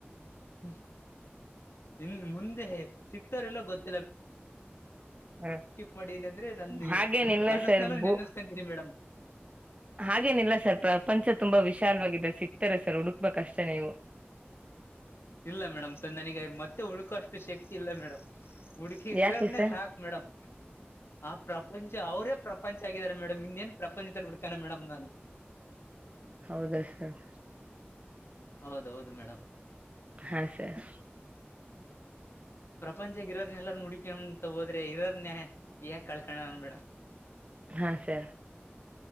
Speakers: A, on the left; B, on the right.
A: ಹ್ಮ್. ಇನ್ ಮುಂದೆ ಸಿಗ್ತಾರಿಲ್ಲ ಗೊತ್.
B: ಹ
A: ಮಾಡಿದೀನಿ ಅಂದ್ರೆ ನನ್ನ
B: ಹಾಗೇನಿಲ್ಲ
A: ಕನಸ್ನಲ್ಲೂ
B: ಸರ್ ಭೂ
A: ನೆನೆಸ್ಕೊಂತೀನಿ ಮೇಡಮ್
B: ಹಾಗೇನಿಲ್ಲ ಸರ್ ಪ್ರಪಂಚ ತುಂಬಾ ವಿಶಾಲವಾಗಿದೆ ಸಿ. ಗ್ತಾರೆ ಸರ್ ಹುಡುಕ್ಬೇಕಷ್ಟೇ ನೀವು.
A: ಇಲ್ಲ ಮೇಡಮ್ ಸೊ ನನಗ ಮತ್ತೆ ಹುಡುಕೋ ಅಷ್ಟು ಶಕ್ತಿ ಇಲ್ಲ ಮೇಡಮ್. ಹುಡ್ಕಿ ಇದ್ರನೆ
B: ಯಾಕೆ ಸರ್
A: ಸಾಕ್ ಮೇಡಮ್ ಆ ಪ್ರಪಂಚ ಅವ್ರೇ. ಪ್ರಪಂಚ ಆಗಿದ್ದಾರೆ ಮೇಡಮ್ ಇನ್ನೇನ್ ಪ್ರಪಂಚದಲ್ಲಿ ಹುಡ್ಕಾನ ಮೇಡಮ್ ನಾನು.
B: ಹೌದಾ ಸರ್.
A: ಹೌದೌದು ಮೇಡಮ್.
B: ಹಾ ಸರ್.
A: ಪ್ರಪಂಚ ಇರೋರ್ನೆ ಎಲ್ಲಾರನ್ ಹುಡಕಂತ ಹೋದ್ರೆ ಇರರ್ನ ಯಾಕ ಕಳ್ಕಣ ಮೇಡಮ್?
B: ಹಾ ಸರ್